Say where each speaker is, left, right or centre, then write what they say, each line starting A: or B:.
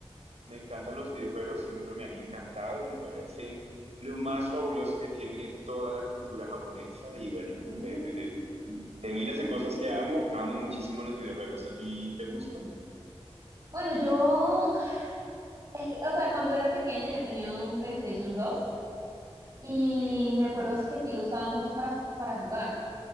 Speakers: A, on the right; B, on the right.
A: Me encantan los videojuegos, siempre me han encantado, me parece lo más fabuloso que tiene toda la cultura japonesa y bueno,
B: Mm,
A: de, de, de- de miles de cosas que amo, amo muchísimo los videojuegos. ¿A ti te gustan?
B: Bueno, yo, <laughs> es que, o sea, cuando era pequeña yo tenía un PlayStation 2 y
A: Ok.
B: me acuerdo que sí lo usaba mucho para, para jugar,